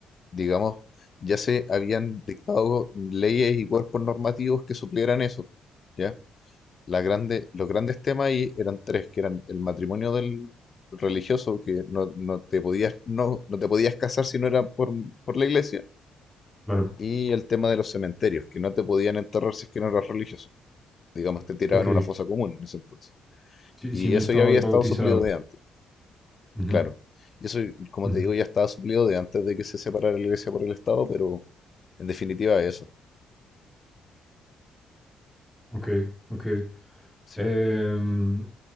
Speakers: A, on the left (about 40°); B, in the centre.
A: digamos, ya se habían dictado leyes y cuerpos normativos que suplieran eso, ¿ya? La grande, los grandes temas ahí eran tres, que eran el matrimonio del religioso, que no, no te podías, no, no te podías casar si no era por, por la Iglesia,
B: claro.
A: y el tema de los cementerios, que no te podían enterrar si es que no eras religioso. digamos, te tiraban
B: Ok.
A: a una fosa común en ese entonces.
B: Si,
A: Y
B: si no
A: eso
B: estabas
A: ya había estado
B: bautizado.
A: suplido de antes,
B: Ujú,
A: claro. Y eso, como
B: ujú.
A: te digo, ya estaba suplido de antes de que se separara la iglesia por el Estado, pero en definitiva eso,
B: Ok, ok.
A: sí.
B: Em,